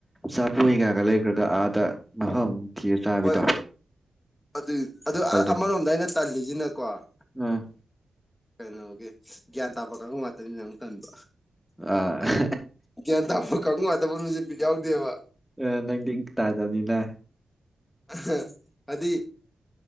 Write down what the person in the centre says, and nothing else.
ꯆꯥꯄꯣꯏꯒꯩꯒꯥ ꯂꯩꯒ꯭ꯔꯒ ꯑꯥꯗ ꯃꯐꯝ ꯊꯤꯔ ꯆꯥꯕꯤꯗꯣ
ꯇꯧꯗꯣꯏ
ꯑ
ꯑꯥ
ꯑꯦ ꯅꯪꯗꯤ ꯇꯥꯗꯕꯅꯤꯅ